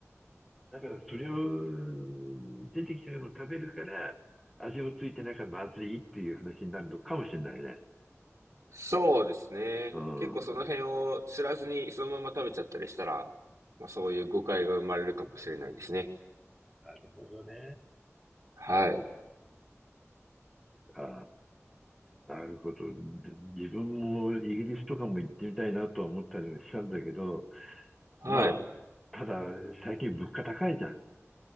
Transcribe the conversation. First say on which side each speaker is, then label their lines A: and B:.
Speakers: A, in the centre; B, on the right (about 85°).
A: だからそれを出てきたのを食べるから、味もついてなきゃまずいっていう話になるのかもしれないね。
B: そうですね。
A: うん。
B: 結構その辺を知らずにそのまま食べちゃったりしたら、
A: な
B: まあそういう誤解が生まれるかもしれないですね。
A: るほどね。
B: はい。
A: ああ、なるほど。自分もイギリスとかも行ってみたいなとは思ったりもしたんだけど、
B: はい。
A: まあ、ただ最近物価高いじゃん。